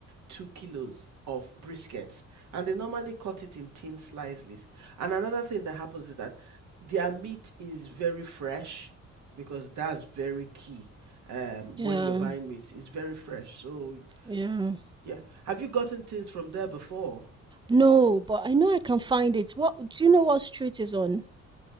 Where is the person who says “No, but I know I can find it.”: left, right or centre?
Right